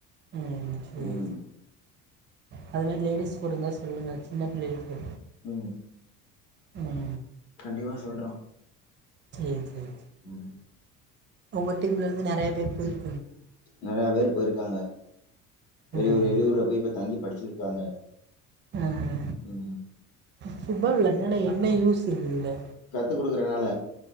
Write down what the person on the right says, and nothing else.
உம் சேரி
அது மாரி லேடிஸ் கூட இருந்தா சொல்லுங்க சின்ன பிள்ளைகளுக்கு
உம்
சேரி சேரி
உங்க டீம்ல இருந்து நறைய பேர் போய்
ம்
ஆஹ்
ஃபுட்பால் விளையாட்னா என்ன யூஸ் இருக்கு இதுல